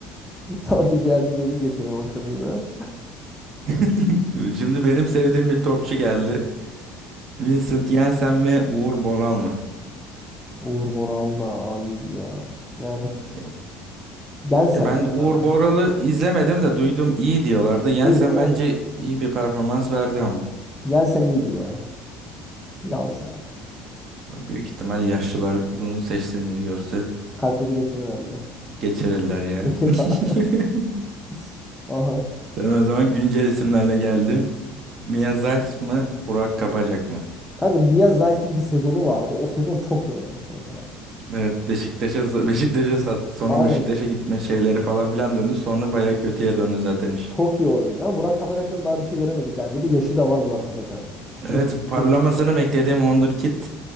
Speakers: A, in the centre; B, on the right (about 40°).
A: Tolga Ciğerci diyelim geçelim akıllıyla.
B: <laughs> Şimdi benim sevdiğim bir topçu geldi. Vincent Janssen mi, Uğur Boral mı?
A: Uğur Boral da aa, iyiydi ya. Yani
B: Yok.
A: Jensen
B: Ya ben
A: ya
B: Uğur
A: kanka.
B: Boral'ı izlemedim de duydum iyi diyorlardı. Janssen
A: İyiydi ya abi.
B: bence iyi bir performans verdi ama.
A: Jensen iyiydi ya. Jensen.
B: Büyük ihtimal yaşlılar bunu seçtiğimizi görse
A: Kalp krizi geçirir herhalde.
B: Geçirirler ya.
A: Geçir
B: <laughs>
A: bak. <laughs> Aha.
B: Ben o zaman güncel isimlerle geldim. Mia Zeiss mı, Burak Kapacak mı?
A: Kanka Mia Zeiss'in bir sezonu vardı. O sezon çok iyi oynamıştı mesela.
B: Evet, Beşiktaş'a Beşiktaş'a sat. Sonra
A: Aynen.
B: Beşiktaş'a gitme şeyleri falan filan döndü. Sonra bayağı kötüye döndü zaten iş.
A: Çok iyi oynuyor. Burak Kapacak'tan daha bir şey göremedik yani. Bir de yaşı da var Burak Kapacak'ın. Küçük
B: Evet,
A: de çocuk,
B: parlamasını
A: çocuk değil.
B: beklediğim Wonderkid